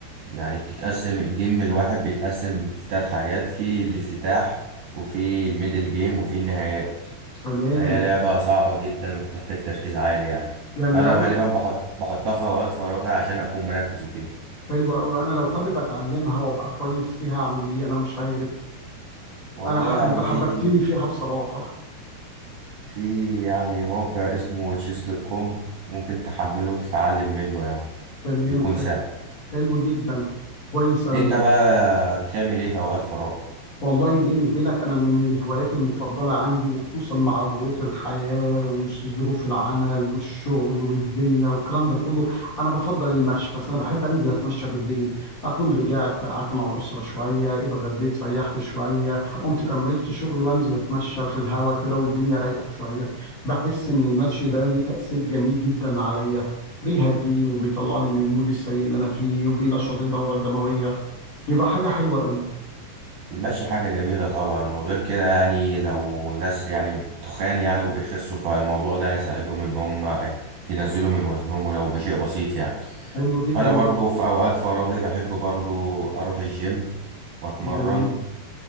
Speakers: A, on the right; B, on the left.
A: يعني بتتقسم الجيم الواحد بيتقسم في تلات حاجات في الافتتاح وفي الميدل جيم وفي النهايات
B: تمام
A: فهي لعبة صعبة جدا وبتحتاج تركيز عالي يعني
B: يعني
A: فأنا
B: لو
A: غالبا
B: انا
A: بحط بحطها في أوقات فراغي عشان أكون مركز وكده
B: حلو قوي انا لو حابب اتعلمها وابقى كويس فيها اعمل ايه؟ انا مش عارف
A: والله
B: انا ح...
A: يعني
B: انت حببتني
A: في
B: فيها بصراحه
A: في يعني موقع اسمه chess دوت كوم ممكن تحمله وتتعلم منه يعني
B: تمام
A: بيكون
B: ح-
A: سهل
B: حلو جدا كويس اوي
A: أنت بقى بتعمل إيه في أوقات فراغ؟
B: والله بيني وبينك أنا من الهوايات المفضلة عندي وخصوصا مع ضغوط الحياة وظروف العمل والشغل والدنيا والكلام ده كله أنا بفضل المشي بس أنا بحب أنزل أتمشى بالليل أكون رجعت قعدت مع الأسرة شوية اتغديت ريحت شوية قمت كملت شغلي وأنزل أتمشى في الهواء كده والدنيا رايقة شوية بحس إن المشي ده ليه تأثير جميل جدا عليا بيهديني وبيطلعني من المود السيء اللي أنا فيه وبينشط الدورة الدموية بيبقى حاجة حلوة قوي
A: المشي حاجة جميلة طبعا وغير كده يعني لو ناس يعني تخان يعني وبيخسوا فالموضوع ده هيساعدهم ان هم ينزلوا من وزنهم ولو بشيء بسيط يعني
B: حلو جدا
A: انا برضو في اوقات فراغي بحب برضو اروح الجيم واتمرن
B: جميل